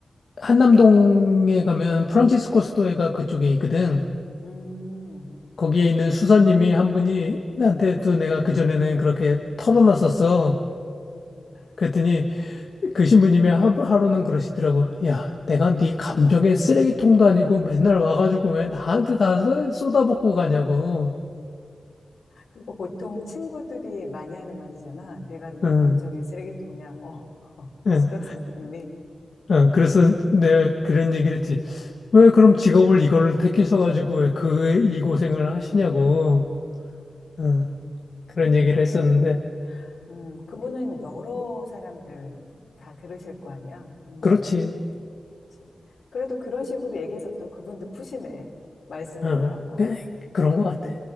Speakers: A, on the left; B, on the left.
A: 한남동에 가면 프란치스코 스토어가 그쪽에 있거든.
B: 음,
A: 거기에 있는 수사님이 한 분이 나한테도 내가 그전에는 그렇게 털어놨었어.
B: 음.
A: 그랬더니 그 신부님이 하- 하루는 그러시더라고. 야, 내가 네 감정의 쓰레기통도 아니고 맨날 와가지고 왜 나한테 다 쏟- 쏟아붓고 가냐고.
B: 그거 보통 친구들이 많이 하는 말이잖아 내가 너의
A: 응,
B: 감정의 쓰레기통이야 어, <laughs> 어
A: 응,
B: 수도사님이
A: 응. 그래서 내가 그런 얘기를 했지. 왜 그럼
B: 음,
A: 직업을 이걸 택하셔가지고 왜 그 이 고생을 하시냐고. 응, 그런 얘기를 했었는데.
B: 음. 음, 그분은 여러 사람들 다 들으실 거 아니야. 음,
A: 그렇지.
B: 그치. 그래도 그런 식으로 얘기해서 또 그분도 푸시네. 말씀으로나마.
A: 응, 응. 그- 그런 것 같아.